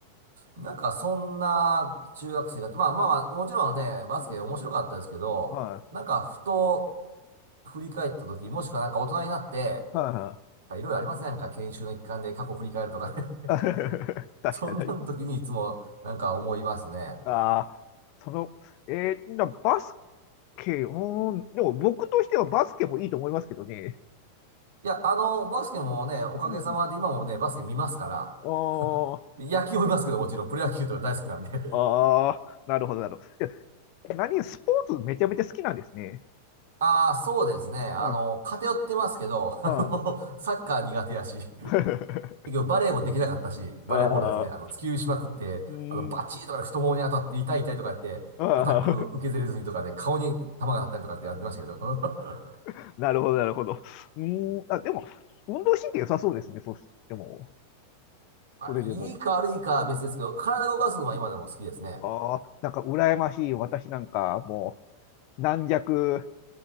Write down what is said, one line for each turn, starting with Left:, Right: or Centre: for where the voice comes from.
Right: なんかそんな中学生が、まあまあまあ、もちろんね、バスケ面白かったですけど、
Left: うんはい。
Right: なんかふと振り返った時、もしくはなんか大人になって、
Left: はいはい。
Right: なんかいろいろありますね。なんか研修の一環で過去振り返るとかね。
Left: <laughs>
Right: <laughs>
Left: 確かに。
Right: そんなの時にいつもなんか思いますね。
Left: ああ、その、えー、なバスケー、うーん、でも僕としてはバスケもいいと思いますけどね。
Right: いや、あの、バスケもね、おかげさまで今もね、
Left: うん。
Right: バスケ見ますから、
Left: あ
Right: <laughs>
Left: ー
Right: 野球を見ますけど、もちろん、プロ野球とか大好きなんで <laughs>
Left: あー、なるほど、なるほど。いや、何、スポーツめちゃめちゃ好きなんですね。
Right: ああ、そうですね。あの、
Left: うん、
Right: 偏ってますけど、<laughs>
Left: うん。
Right: あの、サッカー苦手やし。
Left: <laughs> あ
Right: 結局バレーもできなかったし、バレーボールですね、
Left: あ、
Right: あの、突きしまくって、
Left: うーん、
Right: あの、バチーとかで太ももに当たって痛い痛いとかやって、
Left: ああ、
Right: アタック受けずれずにとかで顔に球が当たったりとかってやってましたけど。<laughs>
Left: <laughs> なるほど、なるほど。うーん、あ、でも、運動神経良さそうですね、そうしても、
Right: まあ、
Left: それでも。
Right: いいか悪いかは別ですけど、体を動かすのは今でも好きですね。
Left: ああ、なんか羨ましい、私なんか、もう、軟弱、